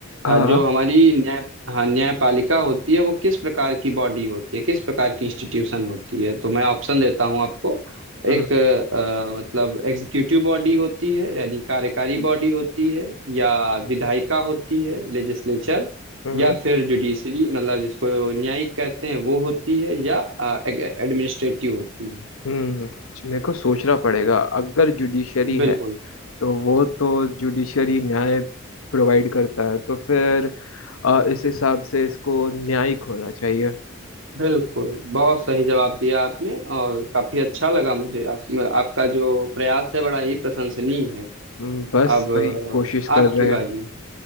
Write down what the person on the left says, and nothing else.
हाँ
हम्म
हम्म
हम्म मेरे को सोचना पड़ेगा अगर जुडिशरी है
तो वो तो जुडिशरी न्याय प्रोवाइड करता है तो फिर अ, इस हिसाब से इसको न्यायिक होना चाहिए
हम्म, बस
वही कोशिश
कर
रहे
हैं